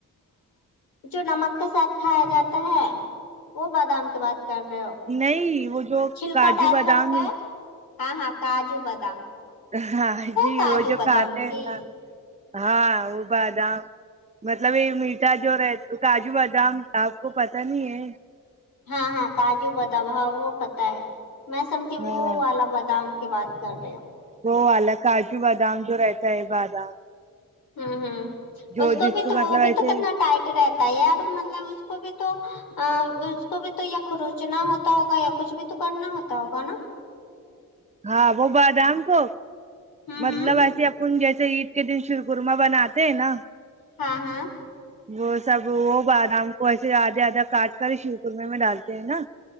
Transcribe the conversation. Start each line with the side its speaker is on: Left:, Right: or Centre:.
Left: جو نمک کے ساتھ کھایا جاتا ہے وہ بادام کی بات کر رہے ہو
Right: نہیں وہ جو
Left: چھلکا
Right: کاجو
Left: ٹائپ
Right: بادام
Left: کا ہوتا ہے ہاں ہاں کاجو بادام
Right: ہاں جی
Left: کاجو
Right: وہ جو
Left: بادام
Right: کھاتے
Left: کی
Right: ہیں نا ہاں وہ بادام مطلب یہ می جو رہ کاجو بادام آپ کو پت نہیں ہے
Left: ہاں ہاں کاجو بدباؤ وہ پتا ہے میں سمجھی وہ
Right: ہاں
Left: والا بادام کی بات کر رہی
Right: وہ والا کاجو بادام جو رہتا ہے بادام
Left: ہوں ہوں
Right: جو
Left: اس کو
Right: جس
Left: بھی تو
Right: مطلب
Left: وہ
Right: ایسے
Left: بھی تو کتنا ٹائٹ رہتا ہے یار مطلب اس کو بھی تو ا اس کو بھی تو یا خروچنا ہوتا ہوگا یا کچھ بھی تو کرنا ہوتا ہوگا نا
Right: ہاں وہ بادام کو
Left: ہوں
Right: مطلب
Left: ہوں
Right: ایسے اپن جیسے عید کے دن شر قرما بناتے ہیں نا
Left: ہاں ہاں
Right: وہ سب وہ بادام کو ایسے آدھے آدھا کاٹ کر شیر قورمے میں ڈالتے ہیں نا